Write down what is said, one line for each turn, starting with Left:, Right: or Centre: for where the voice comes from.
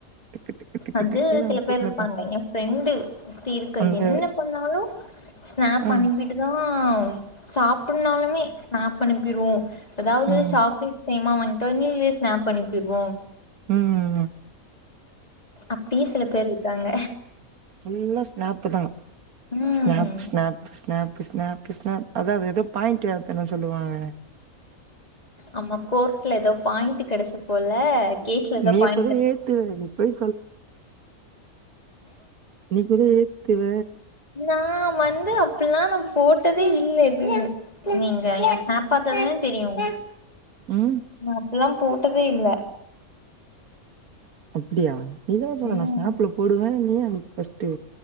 Right: டிக்கு டிக்கு டிக்கு
Left: அது
Right: டிக்குனு
Left: சில பேர்
Right: போட்டுனு
Left: இருப்பாங்க ஏ ஃப்ரெண்டு ஒருத்தி இருக்கு
Right: அந்த
Left: என்ன பண்ணாலு ஸ்னாப்
Right: ம்
Left: அனுப்பிட்டு தா ஹ சாப்புட்னாலுமே ஸ்னாப் அனுப்பிடுவோ அதாவ்து
Right: ம்
Left: சாப்டு சேங்மாமா வாங்ட்டு நீயே ஸ்னாப் பண்ணி போய்டுவோ
Right: உம் ம் ம்
Left: அப்டியே சில பேர் இருக்காங்க
Right: புல்லா ஸ்னாப் தா
Left: ம்
Right: ஸ்னாப் ஸ்னாப் ஸ்னாப் ஸ்னாப் ஸ்னாப் அதாவ அது ஏதோ பாயிண்ட் எத்தன சொல்லுவாங்க
Left: ஆமா கோர்ட்ல ஏதோ பாயிண்ட் கெடச்ச போல கேஸ்ல எதோ
Right: நீ
Left: பாயிண்டு
Right: கூட ஏத்துவ நீ பொய் நீக்குவ ஏத்துவ
Left: நான் வந்து அப்புட்ல்லா நா போட்டதே இல்ல இது நீங்க ஏ ஸ்னாப் பாத்தாதான தெரியு உங்
Right: ம்
Left: அப்புல்லா போட்டதே இல்ல
Right: அப்டியா நீதான சொன்ன
Left: ம்
Right: நா ஸ்னாப்ல போடுவே நீ அன்னைக்கு ஃபர்ஸ்ட்டு